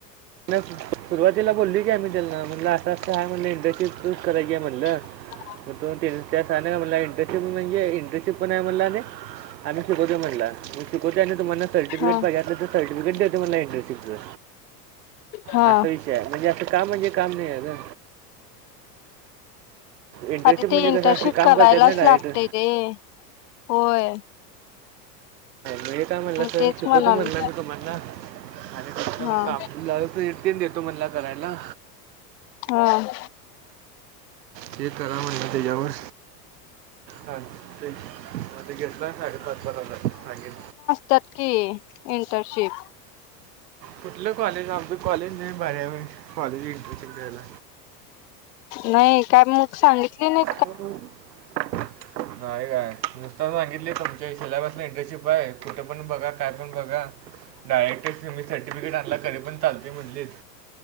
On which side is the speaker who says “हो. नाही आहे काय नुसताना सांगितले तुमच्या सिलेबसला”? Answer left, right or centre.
Right